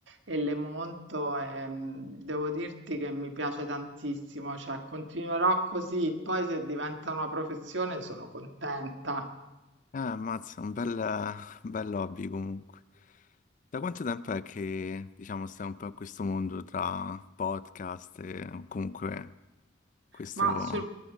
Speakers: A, on the right (about 80°); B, on the left (about 45°).
A: E le monto e mm, devo dirti che mi piace tantissimo, cioè continuerò così, poi se diventa una professione sono contenta.
B: Eh, ammazza, un bel, un bel hobby comunque. Da quanto tempo è che, diciamo, stai un po' in questo mondo tra podcast e o comunque questo...
A: Ma sul,